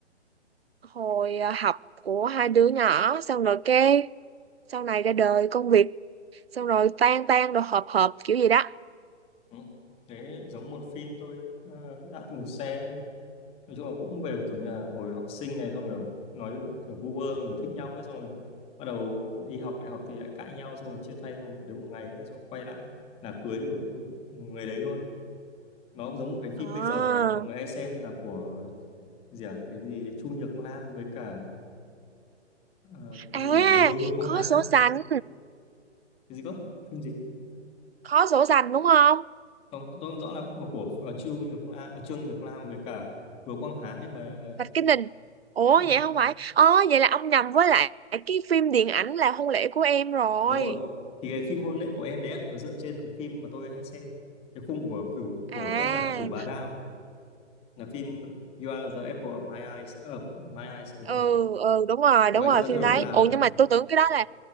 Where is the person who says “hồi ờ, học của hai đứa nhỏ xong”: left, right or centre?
Right